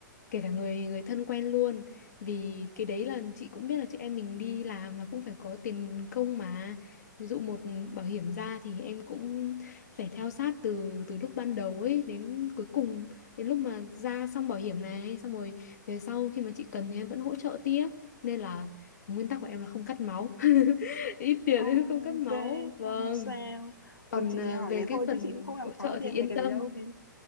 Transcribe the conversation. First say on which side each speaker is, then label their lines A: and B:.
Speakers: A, on the left; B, on the left.
A: kể cả người người thân quen luôn vì cái đấy là chị cũng biết là chị em mình đi làm là cũng phải có tiền công mà ví dụ một bảo hiểm ra thì em cũng phải theo sát từ từ lúc ban đầu ấy đến cuối cùng đến lúc mà ra xong bảo hiểm này xong rồi về sau khi mà chị cần thì em vẫn hỗ trợ tiếp nên là nguyên tắc của em là không cắt máu <laughs> ít tiền
B: Ờ, ok
A: nên không cắt máu vâng
B: không sao.
A: còn
B: Ừ, chị
A: ờ,
B: chỉ hỏi
A: về
B: thế
A: cái
B: thôi
A: phần
B: chứ chị cũng không làm
A: hỗ
B: khó
A: trợ
B: gì
A: thì
B: em
A: yên
B: mấy cái
A: tâm
B: đấy đâu nên